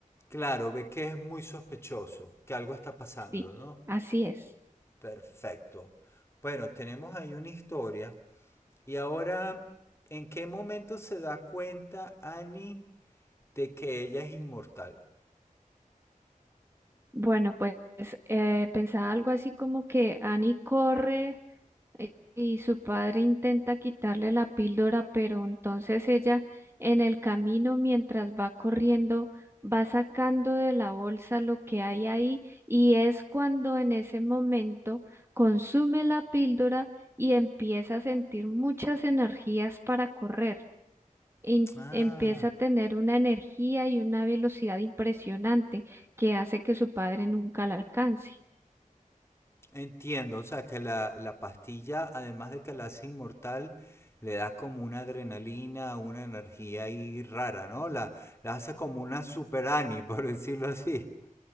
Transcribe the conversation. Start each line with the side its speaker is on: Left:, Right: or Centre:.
Left: Claro, ve que es muy sospechoso, que algo está pasando,
Right: Sí,
Left: ¿no?
Right: así es.
Left: Perfecto. Bueno, tenemos ahí una historia. Y ahora, ¿en qué momento se da cuenta Annie de que ella es inmortal?
Right: Bueno, pues eh, pensaba algo así como que Annie corre eh, y su padre intenta quitarle la píldora, pero entonces ella en el camino mientras va corriendo va sacando de la bolsa lo que hay ahí y es cuando en ese momento consume la píldora y empieza a sentir muchas energías para correr in-
Left: Ah,
Right: empieza a tener una energía y una velocidad impresionante que hace que su padre nunca la alcance.
Left: Entiendo, o sea, que la, la pastilla, además de que la hace inmortal, le da como una adrenalina, una energía ahí rara, ¿no? La, la hace como una super Annie, <laughs> por decirlo así.